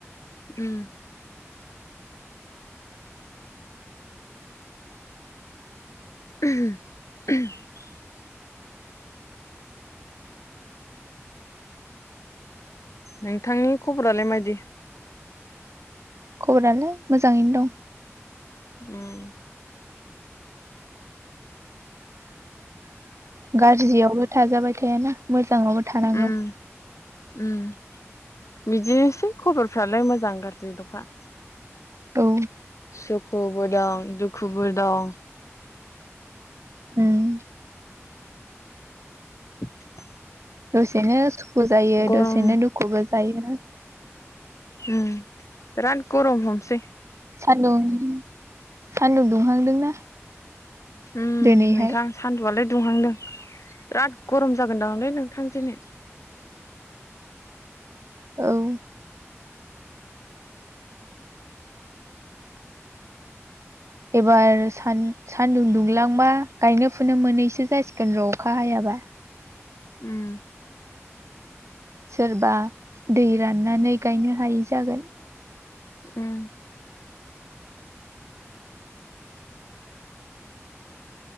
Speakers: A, on the left; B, on the right.
A: उम <inaudible> नोंथांनि खबरालाय मायदि?
B: खबरानो मोजाङैनो दं।
A: उम
B: गाज्रियावबो थाजाबाय थायाना मोज जाङावबो थानांगौ।
A: उम उम बिदिनोसै खबरफ्रालाय मोजां गाज्रि दफा
B: औ
A: सुखुबो दं दुखुबो दं।
B: उम
A: <inaudible>
B: दसेनोस सु खु जायो
A: गरम
B: दसेनो दुखुबो जायो।
A: उम बिराद गरम हमसेै।
B: सानदुं सानदुं दुंहांदोंना
A: उम
B: दिनैहाय
A: नोंथां सान्दुंआलाय दुंहांदों बिराद गरम जागोन दांलै नोंथां दिनि
B: औ एबार सान सानदुं दुंलांबा गायनो फुनो मोनैसो जासिगोन र' अखा हायाबा
A: उम
B: सोरबा दै राननानै गायनो हायै जागोन।
A: उम